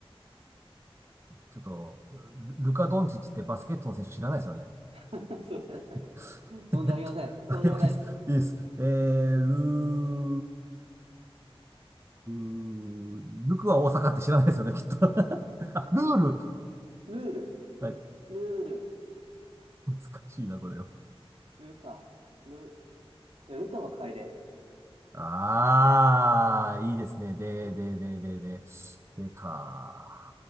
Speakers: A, on the right (about 25°); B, on the right (about 80°).
A: ちょっと、ルルカ・ドンチッチってバスケットの選手知らないですよね。
B: <laughs> そう、
A: <laughs>
B: 存じ上げません。
A: えっと、
B: 申し訳ないです。
A: あ、OK です。いいです。えー、ルー、ルクは大阪って知らないですよね、きっと。<laughs> あ、ルール。
B: ルルール。
A: はい。
B: ルール。
A: 難しいな、これは。
B: ルカ。ル、じゃあルカは楓。
A: あー、いいですね。で、
B: こ、
A: で、で、で、で、でか。